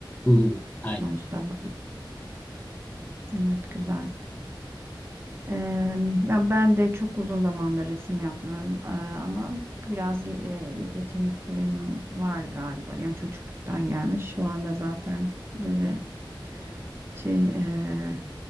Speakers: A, on the left; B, on the right.
A: Hı hı,
B: Sonuçta
A: aynen.
B: bu- evet güzel. Ee, ya ben de çok uzun zamandır resim yapmıyorum Ee, ama biraz ye- e, yetenekliliğim var galiba. Yani çocukluktan gelmiş. Şu anda zaten böyle şey eee,